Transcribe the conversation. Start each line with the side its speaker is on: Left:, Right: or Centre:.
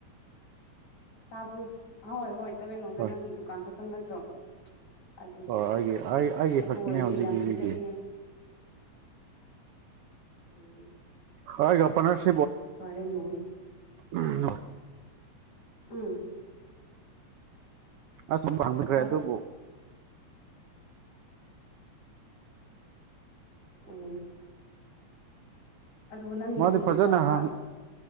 Left: ꯇꯥꯕ꯭ꯔꯣ ꯑꯍꯣꯏ ꯍꯣꯏ ꯇꯃꯦꯡꯂꯣꯡꯗ
Right: ꯍꯣꯏ
Left: ꯅꯪꯒꯤ ꯗꯨꯀꯥꯟ ꯈꯛꯇꯪ ꯅꯠꯇ꯭ꯔꯣ ꯑꯗꯨꯗꯤ
Right: ꯍꯣꯏ ꯑꯩꯒꯤ ꯑꯩ ꯑꯩꯒꯤ
Left: ꯑꯗꯨ
Right: ꯈꯛꯇꯅꯦ
Left: ꯑꯣꯏꯔꯗꯤ
Right: ꯍꯧꯖꯤꯛ
Left: ꯌꯥꯝ
Right: ꯍꯧꯖꯤꯛꯀꯤ
Left: ꯁꯤꯠꯀꯅꯤꯌꯦ ꯎꯝ
Right: ꯍꯥꯏ ꯌꯄꯅꯔꯁ
Left: ꯐꯔꯦꯅꯦ
Right: ꯎꯝ
Left: ꯎꯝ
Right: ꯑꯁꯨꯝꯕ ꯍꯡꯅꯈ꯭ꯔꯦ
Left: ꯀꯗꯥꯏ
Right: ꯑꯗꯨꯕꯨ
Left: ꯑꯣ ꯑꯣ ꯑꯗꯨꯕꯨ ꯅꯪꯒꯤꯅ
Right: ꯃꯥꯗꯤ
Left: ꯍꯦꯟꯅ
Right: ꯐꯖꯅ
Left: ꯆꯥꯎꯕ꯭ꯔꯥ
Right: ꯍꯪ